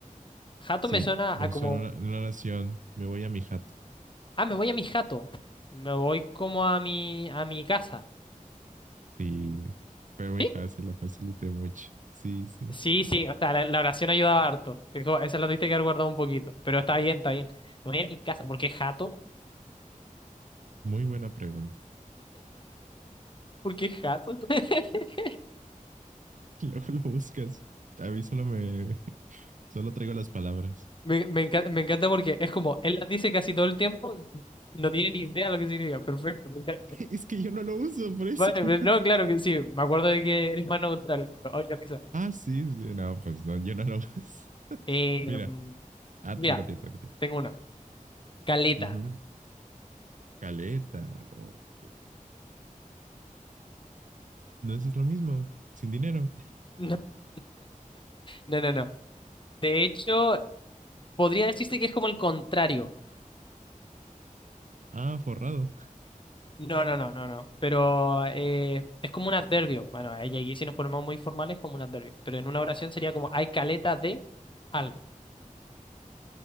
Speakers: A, on the left; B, on the right.
A: Jato
B: Sí,
A: me suena
B: lo
A: a
B: usé
A: como,
B: en una, en una oración, me voy a mi jato.
A: ah, me voy a mi jato. Me voy como a mi, a mi casa.
B: Sí, fue muy
A: ¿Sí?
B: fácil, la facilité mucho. Sí, sí,
A: Sí, sí, o sea, la, la oración ayudaba harto. Es como- Esa la tuviste que haber guardado un poquito. Pero está bien, está bien. Me voy a mi casa. ¿Por qué jato?
B: muy buena pregunta.
A: ¿Por qué jato? <laughs>
B: <laughs> Luego lo buscas. A mí solo me, <laughs> solo traigo las palabras.
A: Me, me encanta, me encanta porque es como, él las dice casi todo el tiempo, no tiene ni idea lo que significa. Perfecto. me encanta.
B: Es que yo no lo uso, por eso.
A: Vale,
B: <laughs>
A: pero no, claro que sí. Me acuerdo de que eres más neutral. pero, oye, qué
B: ah, sí, sí, no, pues no, yo no lo uso. <laughs>
A: risa.
B: Mira, ah,
A: Mira,
B: te toca ti, toca ti.
A: tengo una. Caleta.
B: Ujú. Caleta, o qué No, eso es lo mismo, sin dinero.
A: <laughs> No, no, no, no. De hecho, podría decirse que es como el contrario.
B: Ah, forrado.
A: No, no, no, no, no. Pero eh, es como un adverbio. Bueno, ahí, ahí si nos ponemos muy formales, como un adverbio. Pero en una oración sería como hay caleta de algo.